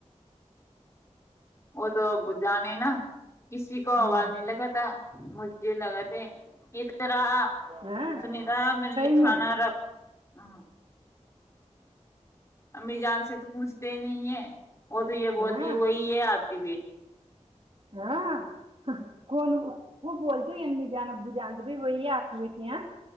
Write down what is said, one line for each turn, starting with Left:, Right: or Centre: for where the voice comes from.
Left: وہ تو اب جانے نا کسی کو
Right: ہوں
Left: آواز نہیں لگا تھا مجھے لگا تھ ادھر
Right: ہاں
Left: سنیتا میرے
Right: صحیح
Left: لیے
Right: میں
Left: کھانا رکھ ہ امی جان سے تو پوچھتے ہی نہیں ہے وہ تو یہ بولتی
Right: ہاں
Left: وہی ہے آپ کی بیٹ
Right: ہاں کون وہ بولتے جان ا جانتے ب وہی آتی ہوئے تھیاں <unintelligible>